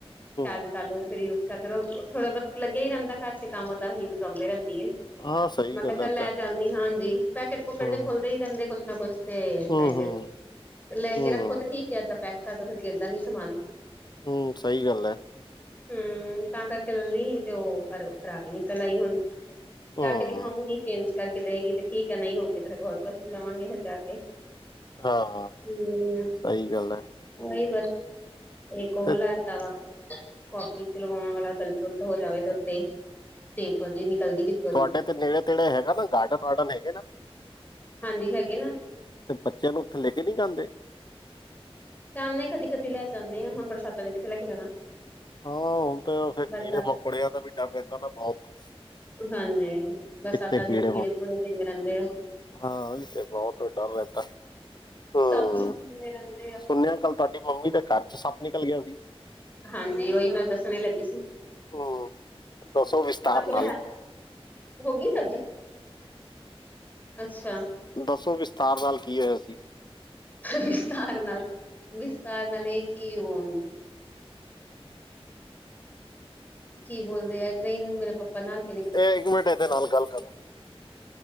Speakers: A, on the left (about 15°); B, on the left (about 45°).
A: ਚਾਰਜ
B: ਹਮ
A: ਕਰ ਲੋ ਤੇ ਫੇਰ ਯੁ ਕਰੋ ਥੋੜਾ ਬੋਤ ਲੱਗਿਆ ਈ ਰੈਂਦਾ ਘੜ ਚ ਕੰਮ ਉਦਾ ਹੀ ਘੁੰਮਦੀ ਰੈਂਦੀ ਏ।
B: ਹਾਂ ਸਹੀ
A: ਮੈਂ ਕਿਆ
B: ਗੱਲ
A: ਚੱਲ
B: ਹੈ ਤਾਂ
A: ਲੈ ਚੱਲਦੀ ਹਾਂਜੀ। ਪੈਕੇਟ ਪੁਕਟ
B: ਹੂੰ,
A: ਕੇ ਖੋਲਦੇ ਈ ਰੈਂਦੇ ਕੁਛ ਨ ਕੁਛ ਤੇ
B: ਹੂੰ,
A: ਆਏ
B: ਹੂੰ,
A: ਦਿਨ ਲੈ
B: ਹੂੰ,
A: ਕੇ ਰੱਖੋ ਤੇ ਠੀਕ ਐ ਤੇ ਪੈਕ ਕਰਦੋ ਫਿਰ ਗਿਰਦਾ ਨੀ ਸਮਾਨ।
B: ਹੂੰ ਸਈ ਗੱਲ ਐ।
A: ਹੂੰ ਤਾਂ ਕਰਕੇ ਲੈਲੀ ਸੀ ਤੇ ਓ ਪਰ ਖ਼ਰਾਬ ਈ ਨਿਕਲ ਆਈ ਹੁਣ
B: ਹੂੰ,
A: ਜਾ ਕੇ ਦਿਖਾਉਂਗੀ ਚੇਂਜ ਕਰਕੇ ਦੇਗੀ ਤੇ ਠੀਕ ਐ ਨਈ ਹੋਊਗੀ ਤੇ ਫਿਰ ਹੋਰ ਕੁਛ ਲਵਾਂਗੇ ਫਿਰ ਜਾ ਕੇ।
B: ਹਾਂ
A: ਹੂੰ
B: ਸਹੀ ਗੱਲ ਐ
A: ਐਈ ਬਸ। ਇੱਕ ਹੋਰ
B: ਤੇ
A: ਲੈ ਤਵਾ ਕਾਫੀ ਚ ਲਗਾਉਣ ਵਾਲਾ ਗਲਤਗੁਲਤ ਹੋ ਜਾਵੇ ਤੇ ਉੱਤੇ। ਤੇਪ ਓਦੀ ਨਿਕਲਦੀ ਪਈ
B: ਤੁਆਡੇ ਤੇ ਨੇੜੇ ਤੇੜੇ ਹੈਗਾ ਨਾ ਗਾਰਡਨ-ਵਾਰਡਨ ਹੈਗੇ ਨਾ।
A: ਹਾਂਜੀ ਹੈਗੇ ਨਾ
B: ਤੇ ਬੱਚਿਆਂ ਨੂੰ ਉੱਥੇ ਲੈ ਕੇ ਨੀ ਜਾਂਦੇ?
A: ਜਾਨੇ ਆ ਕਦੀ-ਕਦੀ ਲੈ ਜਾਨੇ ਆ ਹੁਨ ਬਰਸਾਤਾਂ ਚ ਕਿਤੇ ਲੈ ਕੇ ਜਾਣਾ।
B: ਹਾਂ ਹੁਨ ਤੇ ਓ ਫੇਰ
A: ਬਰਸਾਤ
B: ਕੀੜੇ-ਮਕੌੜਿਆਂ ਦਾ ਵੀ ਡਰ ਰੇਂਦਾ ਵਾ ਬਹੁਤ।
A: ਹਾਂਜੀ, ਬਰਸਾਤਾਂ
B: ਕਿੱਥੇ ਕੀੜੇ
A: ਚ ਕੀੜੇ-ਕੂੜੇ
B: ਮ
A: ਪਈ ਰੈਂਦੇ ਐ।
B: ਹਾਂ ਓਈ ਤੇ ਬੋਤ ਡਰ ਰੈਂਦਾ। ਹੂੰ
A: ਸੱਪ ਸੁੱਪ ਕਿੰਨੇ ਰਹਿੰਦੇ ਆ
B: ਸੁਣਿਆ ਕੱਲ ਤੁਆਡੀ ਮੰਮੀ ਦੇ ਘਰ ਚ ਸੱਪ ਨਿਕਲ ਗਿਆ ਸੀ।
A: ਹਾਂਜੀ ਓਈ ਮੈਂ ਦੱਸਣ ਲੱਗੀ ਸੀ
B: ਹੂੰ, ਦੱਸੋ ਵਿਸਥਾਰ
A: ਪਾ ਕੇ
B: ਨਾਲ
A: ਲੈਆ। ਹੋਗੀ ਸਬਜ਼ੀ ਅੱਛਾ।
B: ਦੱਸੋ ਵਿਸਤਾਰ ਨਾਲ ਕੀ ਹੋਇਆ ਸੀ।
A: ਵਿਸਤਾਰ ਨਾਲ, ਵਿਸਤਾਰ ਨਾਲ ਏ ਕਿ ਓ ਕੀ ਬੋਲਦੇ ਆ ਤਰੇ ਈ ਨੂੰ ਮੇਰੇ ਪਾਪਾ ਨਾਲ
B: ਐ ਇੱਕ ਮਿੰਟ ਏਦੇ ਨਾਲ ਗੱਲ ਕਰਲੋ।